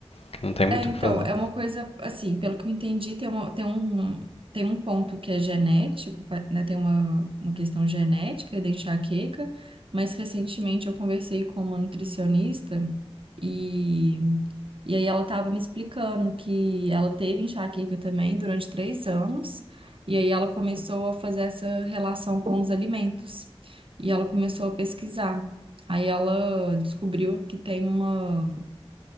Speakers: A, on the left; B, on the right.
A: que não tem muito
B: É, então,
A: o que fazer.
B: é uma coisa, assim, pelo que eu entendi, tem uma, tem um, tem um ponto que é genético, pa- né? Tem uma, uma questão genética da enxaqueca, mas recentemente eu conversei com uma nutricionista e, e aí ela estava me explicando que ela teve enxaqueca também durante três anos, e aí ela começou a fazer essa relação com os alimentos, e ela começou a pesquisar. Aí ela descobriu que tem uma